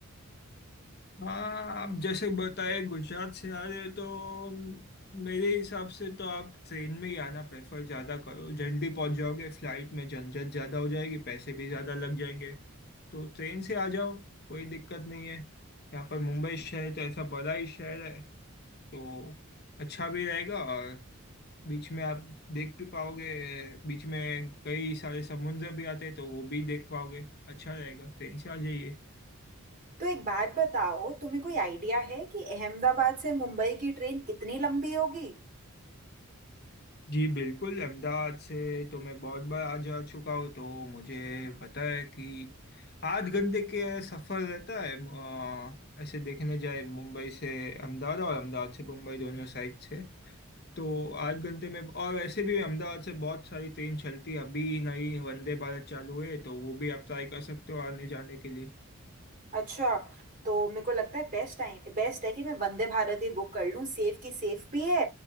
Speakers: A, on the left; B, on the right.
A: हाँ आप जैसे बताए गुजरात से आ रहे हो तो मेरे हिसाब से तो आप ट्रेन में ही आना प्रेफर ज्यादा करो जल्दी पहुंच जाओगे फ्लाइट में झंझट ज्यादा हो जाएगी पैसे भी ज्यादा लग जाएंगे तो ट्रेन से आ जाओ कोई दिक्कत नहीं है यहाँ पर मुंबई शहर तो ऐसा बड़ा ही शहर है तो अच्छा भी रहेगा और बीच में आप देख भी पाओगे बीच में कई सारे समुद्र भी आते हैं तो वो भी देख पाओगे अच्छा रहेगा ट्रेन से आ जाइए
B: तो एक बात बताओ तुम्हें कोई आइडिया है कि अहमदाबाद से मुंबई की ट्रेन कितनी लंबी होगी
A: जी बिल्कुल अहमदाबाद से तो मैं बहुत बार आ जा चुका हूँ तो मुझे पता है कि आठ घंटे के सफ़र रहता है अ, ऐसे देखने जाए मुंबई से अहमदाबाद और अहमदाबाद से मुंबई दोनों साइड से तो आठ घंटे में और वैसे भी अहमदाबाद से बहुत सारी ट्रेन चलती है अभी नई वंदे भारत चालू है तो वो भी आप ट्राई कर सकते हो आने जाने के लिए
B: अच्छा तो मेरे को लगता है बेस्ट टाइम बेस्ट है कि मैं वंदे भारत ही बुक कर लूँ सेफ की सेफ भी है